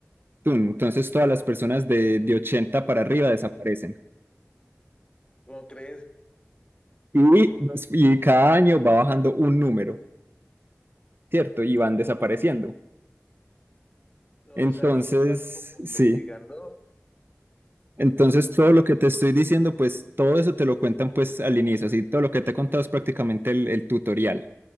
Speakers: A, on the right; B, on the left.
A: Tun, Entonces, todas las personas de, de 80 para arriba desaparecen.
B: ¿cómo crees?
A: Y, nos- y cada año va bajando un número, ¿cierto? Y van desapareciendo.
B: O
A: Entonces,
B: sea, y tú vas como investigando.
A: sí. Entonces, todo lo que te estoy diciendo, pues todo eso te lo cuentan pues al inicio, así todo lo que te he contado es prácticamente el, el tutorial.